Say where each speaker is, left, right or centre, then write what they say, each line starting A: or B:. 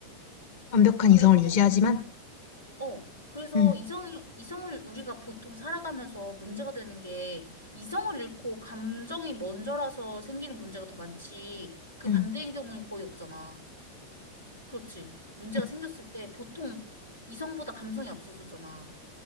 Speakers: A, on the left (about 50°); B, on the left (about 85°).
A: 완벽한
B: 그래서,
A: 이성을 유지하지만,
B: 어, 그래서
A: 응,
B: 이성, 이성을 우리가 보통 살아가면서 문제가 되는 게, 이성을 잃고 감정이 먼저라서 생기는 문제가 더 많지, 그
A: 응,
B: 반대인 경우는 거의 없잖아. 그렇지. 문제가
A: 응.
B: 생겼을 때 보통 이성보다 감성이 앞서서잖아.